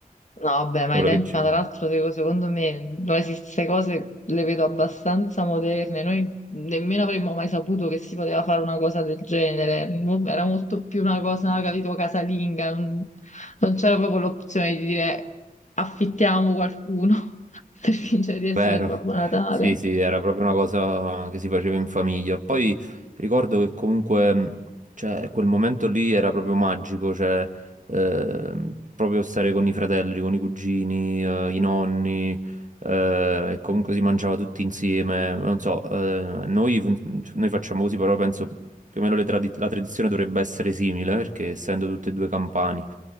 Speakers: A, on the left; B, on the right.
A: No, vabbè, ma
B: ora
A: i tempi,
B: che ci
A: ma
B: penso.
A: tra l'altro, se- secondo me, noi si- queste cose le vedo abbastanza moderne. Noi nemmeno avremmo mai saputo che si poteva fare una cosa del genere. Mo- Era molto più una cosa, capito, casalinga. Non non c'era proprio l'opzione di dire affittiamo qualcuno <laughs> per fingere di
B: Vero,
A: essere Babbo Natale.
B: sì, sì, era proprio una cosa che si faceva in famiglia. Poi ricordo che comunque, mh, cioè, quel momento lì era proprio magico, cioè, ehm, proprio stare con i fratelli, con i cugini, eh, i nonni, eh, e comunque si mangiava tutti insieme. Non so, eh, noi, fun- noi facciamo così, però penso più o meno le tradi- la tradizione dovrebbe essere simile, perché essendo tutte e due campani.